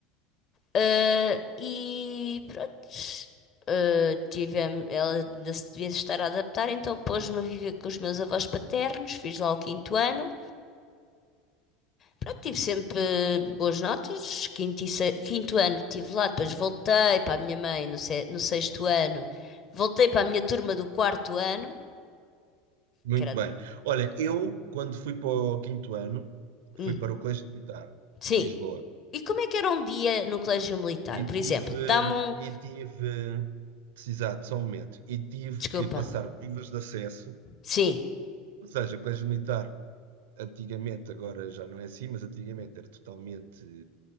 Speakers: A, on the left; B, on the right.
A: eh, e pronto, eh, tivemos, ela ainda se devia estar a adaptar, então pôs-me a viver com os meus avós paternos, fiz lá o quinto ano. Pronto, tive sempre eh, boas notas, quinto, e se- quinto ano estive lá, depois voltei para a minha mãe no, se- no sexto ano, voltei para a minha turma do quarto ano
B: Muito
A: que era.
B: bem. Olha, eu, quando fui para o quinto ano, fui
A: Hum,
B: para o Colégio Militar
A: sim.
B: de Lisboa
A: E como é que era um dia no colégio militar?
B: e
A: Por exemplo,
B: tive,
A: dá-me um.
B: e tive, exato, só um momento, e tive
A: Desculpa.
B: que passar provas de acesso,
A: Sim.
B: ou seja, o Colégio Militar. Antigamente, agora já não é assim, mas antigamente era totalmente